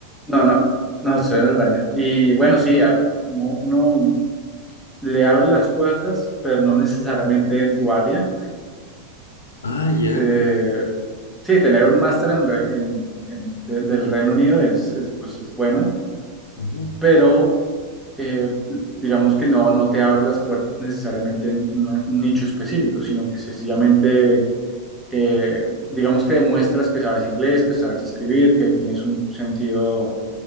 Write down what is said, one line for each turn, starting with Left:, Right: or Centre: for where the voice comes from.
Centre: no, no, no, estoy en Albania. Y bueno, sí, a- uno, uno le abre las puertas, pero no necesariamente en tu área.
Left: Ah, ya.
Centre: Eh, Sí, tener un máster en re- en- en- de- del Reino Unido es, es, pues, es bueno,
Left: Ujú.
Centre: pero eh, digamos que no, no te abre las puertas necesariamente en, en un nicho específico, sino que sencillamente, eh, digamos que demuestras que sabes inglés, que sabes escribir, que tienes un sentido